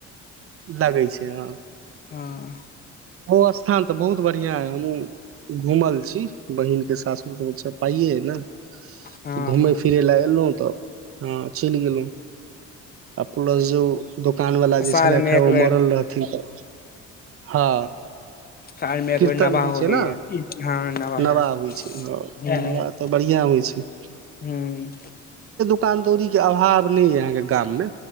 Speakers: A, on the right; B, on the left.
A: लगै छै हँ
B: हँ
A: ओ स्थान त बहुत बढ़ियां अए हमहुँ घूमल छी बहिनके सासुर अच्छा पाइए अए न
B: हँ
A: घूमैय-फिरैय
B: हँ
A: लए एलहुँ त हँ चलि गेलहुँ। आ प्लस जे ओ दोकान बाला
B: साल
A: जे छलथि
B: मे
A: हे
B: एक
A: ओ
B: बेर
A: मरल रहथिन त हँ।
B: साल मे एक
A: कीर्तन
B: बेर नवाहो
A: होइ
B: होइया
A: छैय न,
B: हँ नवाहो
A: नवाह होइ छैय ह
B: हूँ
A: नवाह त बढ़िआं होइ छैय।
B: हूँ।
A: दोकान-दौरी के अभाव नै ये अहाँके गाम मे